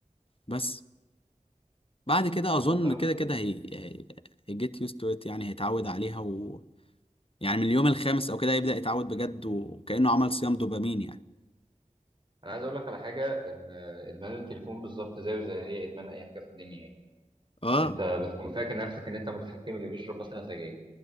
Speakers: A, on the left; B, on the right.
A: بس بعد كده
B: عامة
A: اظن كده كده هي هي جيت used to it يعني هيتعود عليها و يعني من اليوم الخامس او كده يبدأ يتعود بجد وكأنه عمل صيام دوبامين يعني
B: انا عايز اقول لك على حاجة ان ادمان التليفون بالظبط زيه زي اي ادمان اي حاجة في الدنيا يعني
A: اه
B: انت بتكون فاكر نفسك ان انت متحكم اللي بيشرب مثلا سجاير